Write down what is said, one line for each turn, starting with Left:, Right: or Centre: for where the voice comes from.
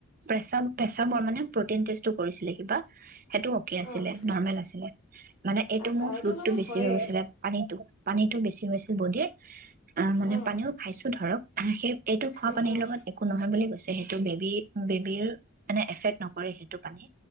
Right: পেচম পেচমৰ মানে প্ৰটিন তেচটো কৰিছিলে কিবা সেইটো অতি আছিলে
Left: অঁ
Right: নৰ্মেল আছিলে মানে এইটো
Left: আচ্ছা
Right: মোৰ ফ্লুইটটো
Left: মানে
Right: বেছি
Left: হয়েই
Right: গৈছিলে। পানীটো, পানীটো বেছি <unintelligible> বডিৰ আ, মানে
Left: অঁ
Right: পানীওপ <unintelligible> ধৰক আ, সে এইটো খোৱা
Left: অঁ
Right: পানীৰ
Left: অঁ
Right: লগত একো নহয় বুলি কৈছে। যিহেতু বেবী, বেবীৰ মানে এফেক্ট নকৰে, সেইটো পানী